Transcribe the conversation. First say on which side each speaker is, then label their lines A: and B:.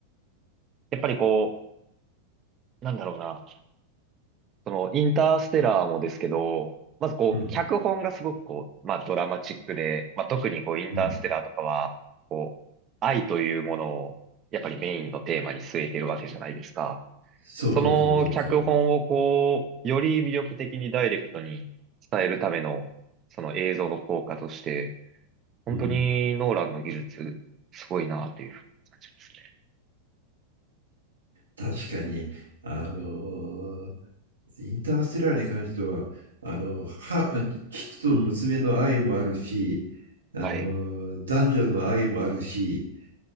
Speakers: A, on the right; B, on the right.
A: やっぱりこう、なんだろうな。その、インターステラーもですけど、まずこう、
B: うん
A: 脚本がすごくこう、まあドラマチックで、まあ特にこう、インターステラーとかは、
B: うん、
A: こう、愛というものを、やっぱりメインのテーマに据えてるわけじゃないですか。
B: そうそうそうそうそう。
A: その脚本をこう、より魅力的にダイレクトに伝えるための、その映像の効果として、本当にノーランの技術、
B: うん、
A: すごいなというふうに感じますね。
B: 確かにあのインターステラーに関しては、あの、は、父と娘の愛もあるし、あの、
A: はい。
B: 男女の愛もあるし、